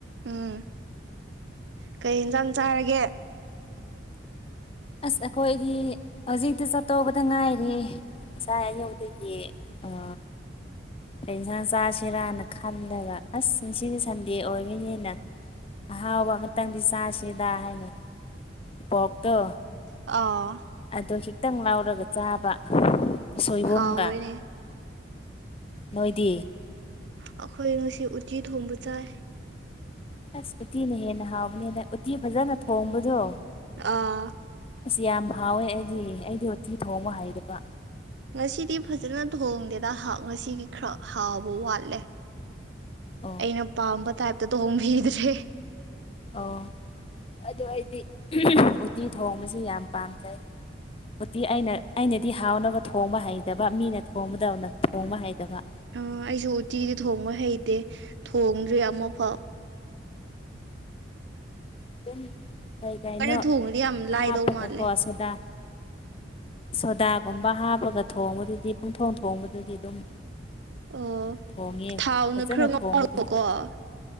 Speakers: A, on the right; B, on the left.
A: ꯎꯝ ꯀꯩ ꯌꯦꯟꯖꯥꯡ ꯆꯥꯔꯒꯦ
B: ꯑꯁ ꯑꯩꯈꯣꯏꯗꯤ ꯍꯧꯖꯤꯛꯇ ꯆꯠꯇꯧꯕꯗ ꯉꯥꯏꯔꯦ ꯉꯁꯥꯏ ꯑꯌꯨꯛꯗꯒꯤ ꯑ ꯀꯩ ꯌꯦꯟꯁꯥꯡ ꯆꯥꯁꯤꯔꯅ ꯈꯟꯂꯒ ꯑꯁ ꯉꯁꯤꯗꯤ ꯁꯟꯗꯦ ꯑꯣꯏꯕꯅꯤꯅ ꯑꯍꯥꯎꯕ ꯑꯃꯇꯪꯗꯤ ꯆꯥꯁꯤꯗ ꯍꯥꯏꯅ ꯄꯣꯛꯇꯣ
A: ꯑꯥꯎ
B: ꯑꯗꯣ ꯈꯤꯛꯇꯪ ꯂꯥꯎꯔꯒ ꯆꯥꯕ ꯁꯣꯏꯕꯨꯝꯒ
A: ꯍꯥꯎꯋ‌ꯦꯅꯦ
B: ꯃꯣꯏꯗꯤ
A: ꯑꯩꯈꯣꯏ ꯉꯁꯤ ꯎꯇꯤ ꯊꯣꯡꯕ ꯆꯥꯏ
B: ꯑꯁ ꯎꯇꯤꯅ ꯍꯦꯟꯅ ꯍꯥꯎꯕꯅꯦꯅ ꯎꯇꯤ ꯐꯖꯅ ꯊꯣꯡꯕꯗꯣ
A: ꯑꯥ
B: ꯑꯁ ꯌꯥꯝ ꯍꯥꯎꯋꯦ ꯑꯩꯗꯤ ꯑꯩꯗꯤ ꯎꯇꯤ ꯊꯣꯡꯕ ꯍꯥꯏꯗꯕ
A: ꯉꯁꯤꯗꯤ ꯐꯖꯅ ꯊꯣꯡꯗꯦꯗ ꯉꯁꯤꯒꯤ ꯈꯔ ꯍꯥꯥꯎꯕ ꯋꯥꯠꯂꯦ
B: ꯑꯣ
A: ꯑꯩꯅ ꯄꯥꯝꯕ ꯇꯥꯏꯞꯇ ꯊ‌ꯣꯡꯕꯤꯗ꯭ꯔꯦ
B: ꯑꯣ ꯑꯗꯨ ꯑꯩꯗꯤ ꯎꯇꯤ ꯊꯣꯡꯕꯁꯦ ꯌꯥꯝ ꯄꯥꯝꯖꯩ ꯎꯇꯤ ꯑꯩꯅ ꯑꯩꯅꯗꯤ ꯍꯥꯎꯅꯕ ꯊꯣꯡꯕ ꯍꯩꯇꯕ ꯃꯤꯅ ꯊꯣꯡꯕꯗ ꯊꯣꯡꯕ ꯍꯩꯇꯕ
A: ꯑ ꯑꯩꯁꯨ ꯎꯇꯤꯗꯤ ꯊꯣꯡꯕ ꯍꯩꯇꯦ ꯊꯣꯡꯗ꯭ꯔꯤ ꯑꯃꯨꯛꯐꯥꯎ
B: ꯑꯗꯨꯝ ꯀꯩ ꯀꯥꯏꯩꯅꯣ
A: ꯑꯩꯅ ꯊꯣꯡꯉꯗꯤ ꯌꯥꯝ ꯂꯥꯏꯗꯧ
B: ꯍꯥꯞꯄꯒꯀꯣ
A: ꯃꯥꯜꯂꯦ
B: ꯁꯤꯗ ꯁꯣꯗꯥꯒꯨꯝꯕ ꯍꯥꯞꯄꯒ ꯊꯣꯡꯕꯗꯨꯗꯤ ꯄꯨꯡꯊꯣꯡ ꯊꯣꯡꯕꯗꯨꯗꯤ ꯑꯗꯨꯝ
A: ꯑꯣ
B: ꯊꯣꯡꯉꯦꯕꯨ
A: ꯊꯥꯎꯅ
B: ꯐꯖꯅ
A: ꯈꯔ
B: ꯊꯣꯡꯕꯗꯤ
A: <unintelligible>
B: ꯍꯩ